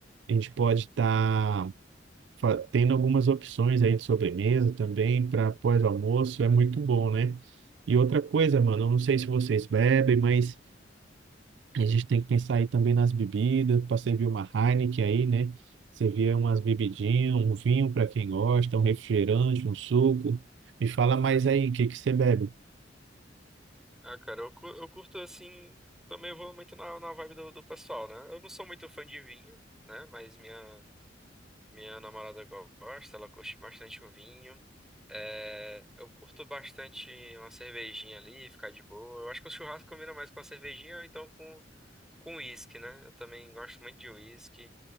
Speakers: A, on the right; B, in the centre.
A: a gente pode estar fa- tendo algumas opções aí de sobremesa também para pós-almoço, é muito bom, né? E outra coisa, mano, eu não sei se vocês bebem, mas a gente tem que pensar aí também nas bebidas, para servir uma Heineken aí, né? Servir umas bebidinhas, um vinho para quem gosta, um refrigerante, um suco. Me fala mais aí, o que que você bebe?
B: Ah, cara, eu, cu- eu curto, assim, também eu vou muito na, na vibe do, do pessoal, né? Eu não sou muito fã de vinho, né? Mas minha, minha namorada gosta, ela curte bastante o vinho. É, eu curto bastante uma cervejinha ali, ficar de boa. Eu acho que o churrasco combina mais com a cervejinha, ou então com, com uísque, né? Eu também gosto muito de uísque.